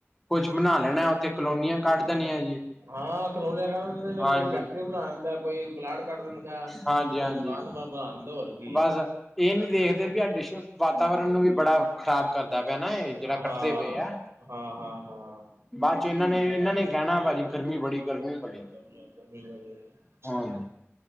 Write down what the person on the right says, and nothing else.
ਹਾਂ ਕਲੋਨੀਆਂ ਕਟ ਦਿੰਦੇ ਨੇ।
ਕੋਈ ਫੈਕਟਰੀ ਬਣਾ ਦਿੰਦੈ, ਕੋਈ ਪਲਾਟ ਕਟ ਦਿੰਦੈ।
ਮਕਾਨ ਮੈਂ ਬਣਾ ਲੈਂਦਾ ਹੋਰ।
ਹੈ
ਹਾਂ
ਹਾਂ ਹਾਂ ਹਾਂ
ਗਰਮੀ ਗਰਮੀ ਬੜੀ ਹੈ